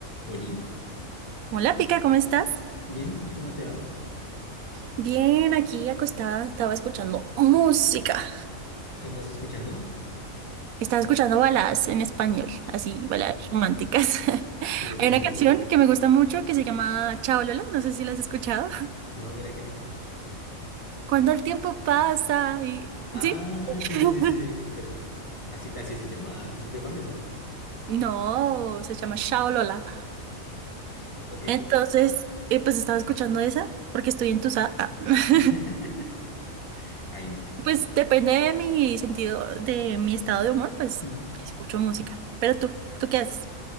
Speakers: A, on the left (about 25°); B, on the right (about 85°).
A: Oli,
B: Hola, Pica, ¿cómo estás?
A: bien, ¿cómo te va?
B: Bien, aquí acostada, estaba escuchando música.
A: ¿Qué andas escuchando?
B: Estaba escuchando baladas en español, así, baladas románticas. <laughs>
A: ¿Te gustan
B: Hay una
A: artistas?
B: canción que me gusta mucho que se llama Chao Lola, no sé si la has escuchado. <laughs>
A: No, mira que no.
B: Cuando el tiempo pasa y...
A: Ah,
B: ¿Sí? <laughs>
A: sí, sí, sí, sí, sí. Pero es- así, así se llama. Ese Es de Juanes, ¿no?
B: No, se llama Chao Lola.
A: Ok.
B: Entonces, eh, pues estaba escuchando esa porque estoy entusada. Ah. <laughs>
A: <laughs> Ahí no.
B: Pues depende de mi sentido, de mi estado de humor, pues
A: Mm,
B: escucho música. Pero tú, ¿tú qué haces?